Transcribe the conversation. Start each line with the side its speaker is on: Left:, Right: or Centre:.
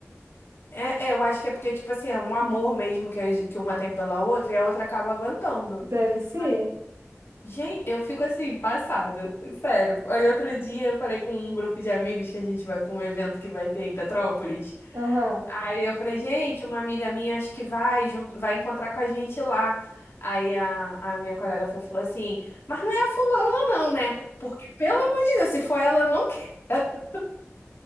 Left: É, é, eu acho que é porque, tipo assim, é um amor mesmo que, as- que uma tem pela outra e a outra acaba aguentando.
Right: Deve ser.
Left: Mas, gente, eu fico assim, passada. Sério. Aí outro dia eu falei com um grupo de amigos que a gente vai pra um evento que vai ter em Petrópolis.
Right: Aham.
Left: Aí eu falei, gente, uma amiga minha acho que vai junto, vai encontrar com a gente lá. Aí a, a minha colega foi- falou assim, mas não é a fulana não, né? Porque, pelo amor de Deus, se for ela, eu não quero.